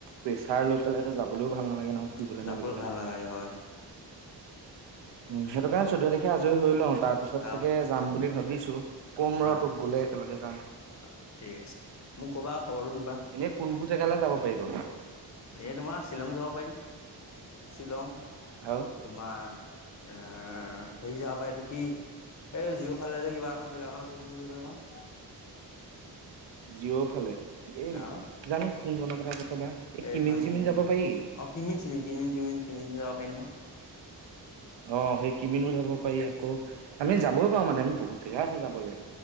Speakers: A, on the right; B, on the left.
A: প্ৰেচাৰ লৈ পেলাইটো যাবলৈও ভাল নালাগে নহয়। ফুৰিবলৈ
B: <unintelligible>
A: মেলিবলৈ।
B: ভাল নালাগে হয়।
A: উম, সেইটো কাৰণে চৈধ্য তাৰিখে আজৰি হৈ লওঁ তাৰ পিছত
B: অ',
A: চাগে যাম বুলি ভাবিছো। কম ৰ'
B: হয়
A: টোক গলে একেলগে যাম।
B: অ', ঠিক আছে। মোক ক'বা খবৰটো দিবা
A: এনে। কোনবোৰ জেগালৈ যাব পাৰিব?
B: এই তোমাৰ শ্বিলং যাব পাৰি, শ্বিলং।
A: আৰু?
B: তোমাৰ, এ হেৰি যাব পৰা এইটো কি। এই জিঅৰফালে যে কিবা এখন জেগাখন আছে কি বুলি কয় এখন?
A: জিঅ ফালে, এ
B: অ',
A: জানো কোন খনৰ কথা কৈছ বা। এই
B: এইখন
A: কিমিন চিমিন যাব পাৰি।
B: অ', কিমিন চিমিন, কিমিন কিমিন কিমিন যাব পাৰি নহয়।
A: অ', সেই কিমিনো যাব পাৰি আকৌ আমি যাবই পাৰো মানে আমি বহুত জেগা আছে যাবলে।